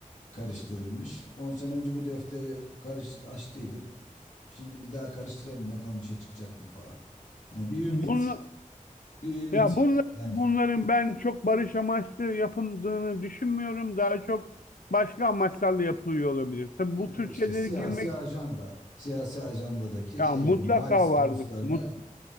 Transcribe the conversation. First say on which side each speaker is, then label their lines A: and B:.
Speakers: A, on the left (about 60°); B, on the left (about 80°).
A: karıştırırmış. on sene önce bu defteri karış açtıydık. Şimdi bir daha karıştıralım bakalım bir şey çıkacak mı falan. Hani bir ümit,
B: Bunun
A: bir ümit
B: Ya bunların,
A: bence.
B: bunların ben çok barış amaçlı yapıldığını düşünmüyorum. Daha çok başka amaçlarla yapılıyor olabilir. Tabii
A: Ha,
B: bu tür
A: İşte
B: şeylere
A: siyasi
B: girmek
A: ajanda, siyasi ajandadaki
B: ya
A: şeyleri,
B: mutlaka
A: milestones'larını
B: vardır. Mut,